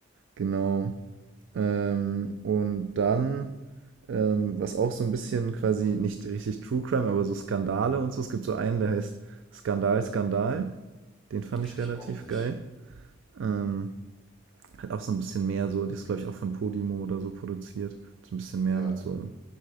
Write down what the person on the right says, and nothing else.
Genau. Ähm, und dann, ähm, was auch so ein bisschen quasi nicht richtig True Crime, aber so Skandale und so. Es gibt so einen, der heißt Skandal, Skandal. Den fand
ich relativ
geil. Ähm, hat auch so ein bisschen mehr, so, das ist glaube ich auch von Podimo oder so produziert. So ein bisschen mehr
mit so